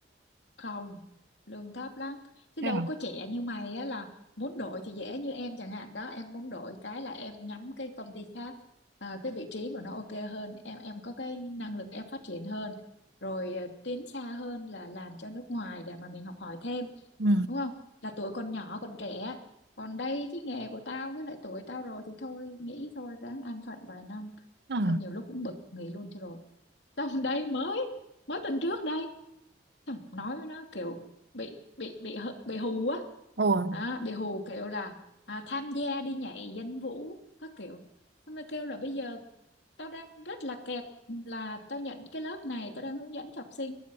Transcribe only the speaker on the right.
thế
à
ừ.
Ờ.
Ủa